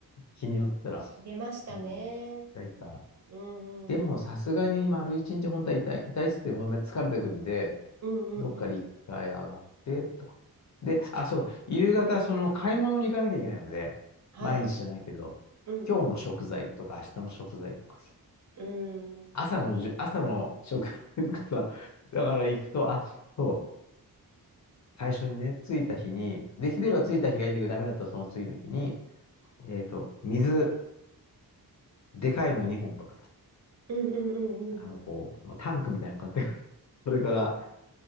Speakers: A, on the left; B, on the right.
A: 日によったら。
B: い入れましたね。
A: うん。痛いた。
B: うん。
A: でもさすがに丸一日本当は痛い、
B: うん
A: 痛いっつってもう疲れてくんで、
B: うんうん。
A: どっかで一回上がってとか。で、あ、そう、夕方その買い物に行かなきゃいけないので、
B: はい。
A: 毎日じゃないけど、
B: うんうん。
A: 今日の食材とか明日の食材とかさ、
B: うん。
A: 朝のじゅ、朝の食材とかさ、だから行くと、あ、そう最初にね、着いた日に、できれば着いた日がいいんだけど、
B: はい。
A: ダメだったらその次の日に、えっと、水、でかいの2本とかさ、
B: うんうんうんうん。
A: あの、こう、まあ、タンクみたいなの買ってくる。<laughs> それから、あ